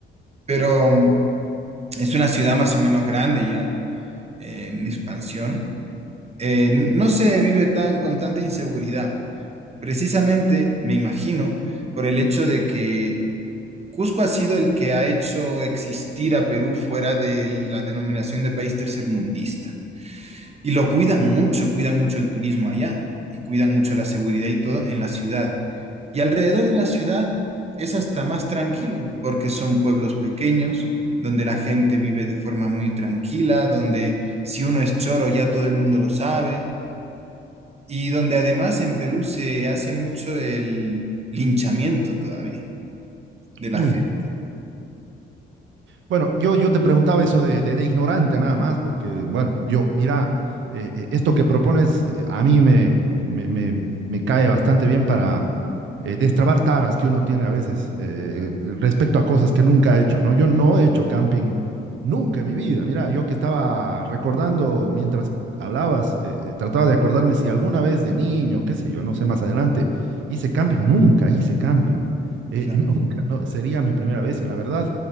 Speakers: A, on the right; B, on the right.
A: pero mm, es una ciudad más o menos grande ya, eh, en expansión. Eh, no se vive tan con tanta inseguridad, precisamente, me imagino, por el hecho de que Cusco ha sido el que ha hecho existir a Perú fuera de la denominación de país tercermundista. Y lo cuidan mucho, cuidan mucho el turismo allá y cuidan mucho la seguridad y todo en la ciudad. Y alrededor de la ciudad es hasta más tranquilo, porque son pueblos pequeños, donde la gente vive de forma muy tranquila, donde si uno es choro ya todo el mundo lo sabe, y donde además en Perú se hace mucho el linchamiento todavía de la
B: Uy.
A: gente.
B: Bueno, yo, yo te preguntaba eso de, de- de ignorante nada más, porque, bueno, yo, mira, eh, eh, esto que propones eh, a mí me, me, me- me cae bastante bien para eh, destrabar taras que uno tiene a veces eh, respecto a cosas que nunca ha hecho, ¿no? Yo no he hecho camping nunca en mi vida. Mira, yo que estaba recordando mientras hablabas, eh, eh, trataba de acordarme si alguna vez de niño, qué sé yo, no sé, más adelante, hice camping, nunca hice camping. Eh,
A: claro.
B: <laughs> nunca, no, sería mi primera vez y la verdad.